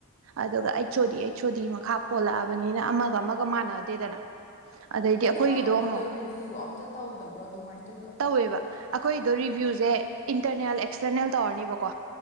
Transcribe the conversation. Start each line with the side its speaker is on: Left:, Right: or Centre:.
Right: ꯑꯗꯨꯒ ꯑꯩ ꯁꯣꯗꯤ ꯑꯩꯆꯣꯗꯤ ꯃꯈꯥ ꯄꯣꯜꯂꯛꯑꯕꯅꯤꯅ ꯑꯃꯒ ꯑꯃꯒ ꯃꯥꯟꯅꯗꯦꯗꯅ ꯑꯗꯩꯗꯤ ꯑꯩꯈꯣꯏꯒꯤꯗꯣ
Left: ꯅꯣꯏ ꯍꯥꯟꯅ ꯑꯗꯨꯗꯣ
Right: ꯑꯃꯨꯛ
Left: ꯔꯤꯚꯤꯌꯨ ꯑꯝꯇ ꯇꯧꯗꯕ꯭ꯔꯣ ꯑꯗꯨꯃꯥꯏꯅ ꯇꯧꯗꯣ
Right: ꯇꯧꯋꯦꯕ ꯑꯩꯈꯣꯏꯗꯣ ꯔꯤꯚ꯭ꯌꯨꯁꯦ ꯏꯟꯇꯔꯅꯦꯜ ꯑꯦꯛꯁꯇꯔꯅꯦꯜ ꯇꯧꯔꯅꯤꯕꯀꯣ